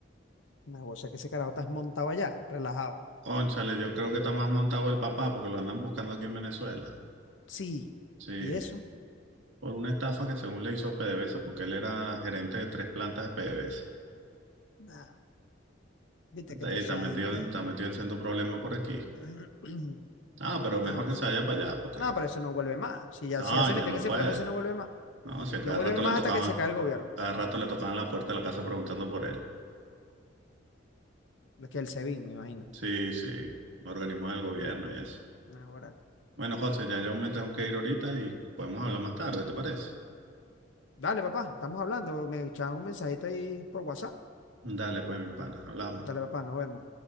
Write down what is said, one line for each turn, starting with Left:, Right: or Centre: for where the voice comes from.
Left: No, o sea que ese carajo está montado allá, relajado.
Right: Cónchale, yo creo que está más montado el papá porque lo andan buscando aquí en Venezuela.
Left: Sí.
Right: Sí,
Left: ¿Y eso?
Right: por una estafa que según le hizo a PDVSA, porque él era gerente de tres plantas de PDVSA.
Left: Nah, viste
Right: Está
Left: que
Right: ahí,
Left: toda
Right: está
Left: esa
Right: metido
Left: gente.
Right: en, está metido en sendo problemas por aquí.
Left: <clears throat>
Right: Ah, pero mejor
Left: Pero,
Right: que se vaya para allá porque...
Left: no, pero eso no vuelve más. Si ya,
Right: No,
Left: si ya se
Right: ya
Left: metió
Right: no
Left: en ese
Right: puede.
Left: problema, eso no vuelve más.
Right: No, si a
Left: No
Right: cada
Left: vuelve
Right: rato
Left: más
Right: le tocaban,
Left: hasta que se caiga el gobierno.
Right: cada rato le tocaban la puerta de la casa preguntando por él.
Left: Es que el SEBIN, me imagino.
Right: Sí, sí, organismos del gobierno y eso.
Left: Nah, Ahora,
Right: Bueno, José, ya yo me tengo que ir ahorita y podemos hablar más tarde, ¿te parece?
Left: dale, papá, estamos hablando. Me echaban un mensajito ahí por WhatsApp.
Right: Dale, pues, mi pana, hablamos.
Left: Dale, papá, nos vemos.